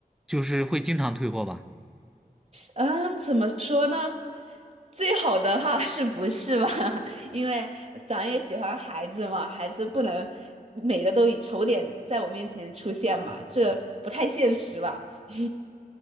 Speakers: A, in the centre; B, on the right.
A: 就是会经常退货吧？
B: 嗯，怎么说呢？最好的话 <laughs> 是不是吧？<laughs> 因为咱也喜欢孩子嘛，孩子不能每个都以丑脸在我面前出现嘛，这不太现实吧？<laughs>